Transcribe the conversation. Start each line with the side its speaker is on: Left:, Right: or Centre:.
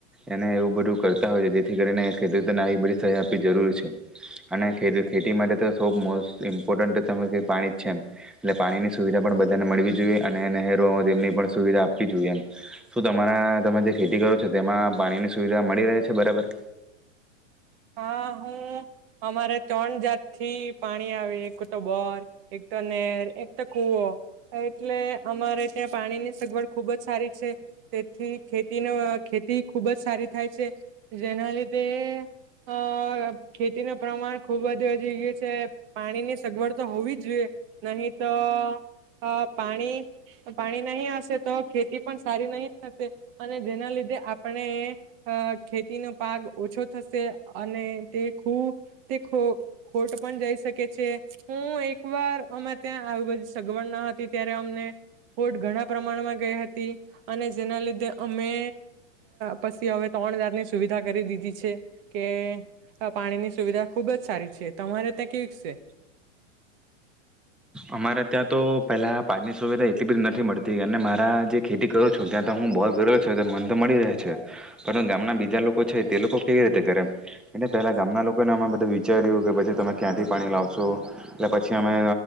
Centre: એને એવું બધું કરતા હોય છે જેથી કરીને ખેડૂતોને આવી બધી સહાય આપવી જરૂરી છે અને ખેડૂત ખેતી માટે તો સૌ મોસ્ટ ઇમ્પોર્ટન્ટ સમ પાણી જ છે એમ એટલે પાણીની સુવિધા પણ બધાને મળવી જોઈએ અને નહેરો તેમની પણ સુવિધા આપવી જોઈએ એમ. શું તમારા તમે જે ખેતી કરો છો તેમાં પાણીની સુવિધા મળી રહે છે બરાબર.
Right: હા હું અમારે ત્રણ જાતથી પાણી આવે એક તો બોર, એક તો નેર, એક તો કુવો એટલે અમારે ત્યાં પાણીની સગવડ ખુબ જ સારી છે તેથી ખેતીનો ખેતી ખુબ જ સારી થાય છે જેના લીધે અ ખેતીનું પ્રમાણ ખુબ વધુ વધી ગયું છે પાણીની સગવડ તો હોવી જ જોઈએ નહીં તો અ પાણી-પાણી નહી હશે તો ખેતી પણ સારી નહી થશે અને જેના લીધે આપણે અ ખેતીનો પાક ઓછો થશે. અને તે ખુબ તે ખોટ પણ જઈ શકે છે હું એકવાર અમે ત્યાં આવી બધી સગવડ ન હતી ત્યારે અમને ખોટ ઘણા પ્રમાણમાં ગઈ હતી અને જેના લીધે અમે પસી હવે ત્રણ હજારની સુવિધા કરી દીધી છે. કે પાણીની સુવિધા ખુબ જ સારી છે. તમારે ત્યાં કેવીક છે.
Centre: અમારે ત્યાં તો પહેલા પાણીની સુવિધા એટલી બધી નથી મળતી અને મારા જે ખેતી કરું છું ત્યાં તો હું બોર ગરેલો છે તો મન તો મળી રહે છે પરંતુ ગામના બીજા લોકો છે તે લોકો કેવી રીતે કરે એ પહેલા ગામના લોકોને અમે બધું વિચાર્યું કે પછી તમે ક્યાંથી પાણી લાવશો એટલે પછી અમે